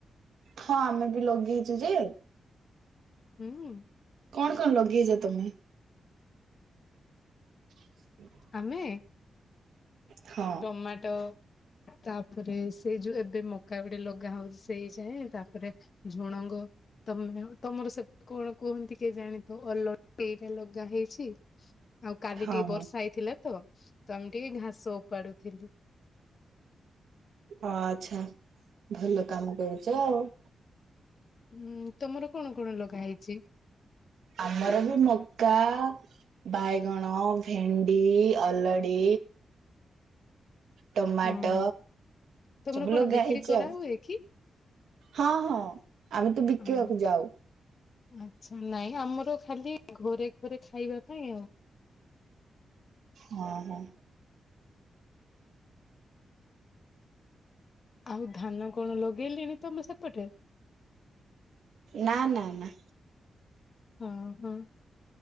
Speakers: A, on the right; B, on the left.
A: ହଁ ଆମେ ବି ଲଗେଇଚୁ ଯେ
B: ହୁଁ।
A: କଣ କଣ ଲଗେଇଚ ତୋମେ?। <unintelligible>
B: ଆମେ
A: ହଁ।
B: ଟମାଟୋ ତାପରେ ସେଇ ଯୋଉ ଏବେ ମକା ଗୋଟେ ଲଗା ହଉଛି ସେଇ ଯାଏଁ, ତାପରେ ଝୁଣଙ୍ଗ। ତମେ ତମର ସେ କଣ କୁହନ୍ତି କିଏ ଜାଣିଥ ଅଲ ଏଇଟା ଲଗା ହେଇଛି। ଆଉ କାଲି
A: ହଁ
B: ଟିକେ
A: ହଁ।
B: ବର୍ଷା ହେଇଥିଲା ତ ତ ଆମେ ଟିକେ ଘାସ ଉପାଡୁଥିଲୁ।
A: ଅ ଆଛା ଭଲ କାମ କରୁଚ ଆଉ।
B: ହୁଁ ତମର କଣ କଣ ଲଗା ହେଇଚି?
A: ଆମର ବି ମକା ବାଇଗଣ, ଭେଣ୍ଡି, ଅଲଡି। ଟମାଟ
B: ହଁ ତମର
A: ସବୁ
B: କଣ
A: ଲଗା
B: ବିକ୍ରି
A: ହେଇଚି
B: କରାହୁଏ
A: ଆଉ।
B: କି?
A: ହଁ ହଁ ଆମେ ତ ବିକିବାକୁ
B: ହଁ
A: ଯାଉ।
B: ଆଚ୍ଛା ନାଇଁ ଆମର ଖାଲି ଘରେ ଘରେ ଖାଇବା ପାଇଁ ଆଉ।
A: ହଁ ହଁ।
B: ଆଉ ଧାନ କଣ ଲଗେଇଲେଣି ତମ ସେପଟେ?
A: ନା ନା ନା।
B: ହଁ ହଁ।